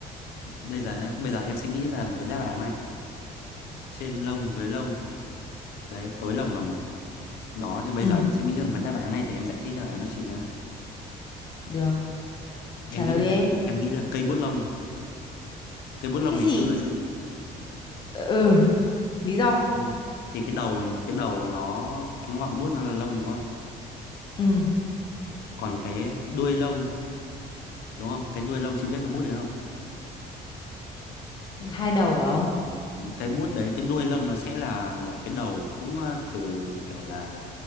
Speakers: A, on the left (about 90°); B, on the left (about 30°).
A: bây giờ nhá, bây giờ em sẽ nghĩ ra một cái đáp án này trên lông dưới lông đấy tối lồng là một đó thì bây
B: ừ
A: giờ em sẽ nghĩ ra một cái đáp án này để em giải thích đáp án cho chị nhá
B: được
A: em
B: trả
A: nghĩ
B: lời đi
A: em nghĩ là cây bút lông cây bút lông
B: cái
A: ngày
B: gì
A: xưa nhá
B: ừ lý do
A: đúng không? thì cái đầu cái đầu của nó cái ngọn bút nó là lông đúng không
B: ừ
A: còn cái đuôi lông đúng không cái đuôi lông chị biết cái bút đấy không
B: hai đầu hả ông
A: cái bút đấy cái đuôi lông nó sẽ là một cái đầu cũng ờ, từ kiểu là